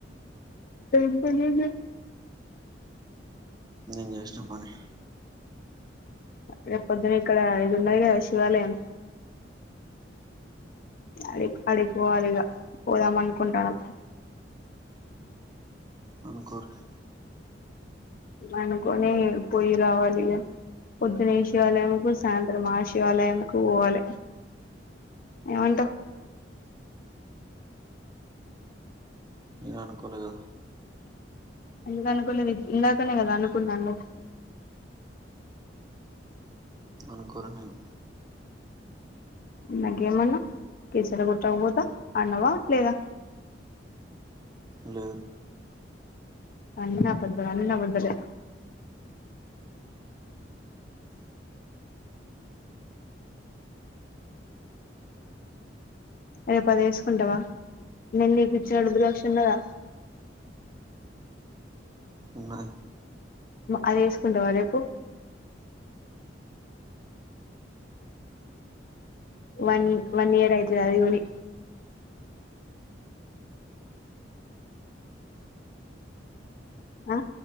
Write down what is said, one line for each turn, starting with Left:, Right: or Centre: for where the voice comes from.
Left: ఎం పనుండే
Right: నేను జేసిన పని
Left: రేపు పొద్దున ఇక్కడ ఇది ఉన్నాయి కదా శివాలయం అడి అడిపోవాలిగా పోదాం అనుకుంటానమ్
Right: అనుకోర్రి
Left: అనుకోనే పొయి రావాలిగా పొద్దున ఈ శివాలయం కు సాయంత్రం ఆ శివాలయం కు పోవాలి ఏమంటావ్
Right: నేను అనుకోలే కదా
Left: ఎందుకనుకున్నది ఇందాకనే కదా అనుకున్నా అన్నవ్
Right: అనుకోలే నీ ను
Left: ఇందాక ఏమన్నావ్ కీసరగుట్ట పోతా అన్నావా లేదా
Right: లేదు
Left: అన్ని అబద్ధాలు అన్ని అబద్ధాలే రేపుది వేసుకుంటావా నేను నీకు ఇచ్చిన రుద్రాక్ష ఉన్నదా
Right: ఉన్నది
Left: అది వేసుకుంటావా రేపు వన్ వన్ ఇయర్ అయితుద అదిగొని ఆ